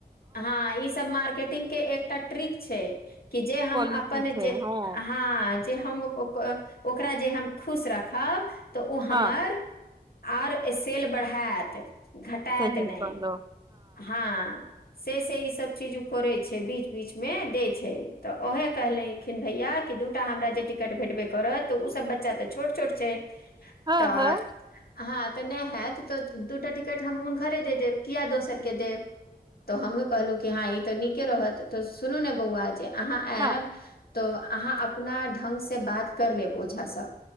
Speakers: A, on the left; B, on the right.
A: हँ ई सब मार्केटिंग के एक टा ट्रिक छै की जे हम
B: पॉलिसी
A: अपन
B: छै
A: जे
B: हँ
A: आ हाँ जे हम ओकरा जे हम खुश राखब तऽ ओ हमर
B: हँ
A: आर ए सेल बढ़ायत घटात
B: सही
A: नै
B: कहलहु
A: हँ। से से ई सब चीज उ करै छै बीच बीच मे देै छै। तऽ ओहे कहलखिन भैया कि दूटा हमरा जे टिकट भेटबे करत तऽ उ सब बच्चा तऽ छोट छोट छै।
B: हँ
A: तऽ
B: हँ
A: हँ तऽ नय हाएत तऽ दूटा टिकट हम ऊनखरे द देब किया दोसरके देब। तऽ हमहुँ कहलु कि हँ ई त नीके रहत त सुनू ने बौआ जाएब अहाँ आयब
B: हँ
A: तऽ अहाँ अपना ढंग से बात कर लेब ओझास।